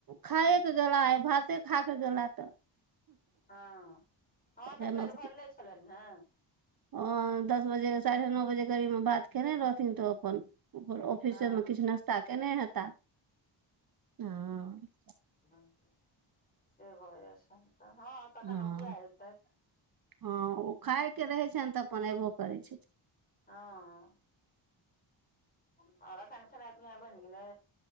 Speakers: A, on the right; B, on the left.
A: खाए क गेला आए भाते खा क गेला तऽ
B: हँ- हँ
A: तखन
B: तऽ पेट भरले छलइन ने
A: ह दस बजे साढ़े नओ बजे करीबमे भात केयने रहथिन तऽ ओ अपन अपन ऑफिसेमे
B: हँ
A: किछ नाश्ता केने हेताह हँ
B: ह से भऽ जाइ छएन तऽ हँ तखन
A: हँ-
B: ओ किया अबितै
A: हँ ओ खायके रहै छनि तऽ अपन अयबो करै छथिन
B: हँ ओर अखन खेनाइ पिनाइ बइन गेलै।